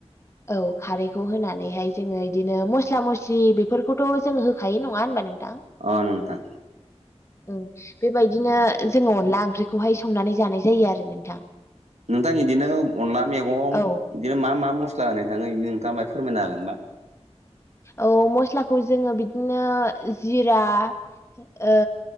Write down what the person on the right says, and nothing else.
अ नोंथां
नोंथां बिदिनो अनला मैगं
बेयो मा मा मस्ला होनाय थाङो बि नोंथाङाय फोरमायनो हागोनबा।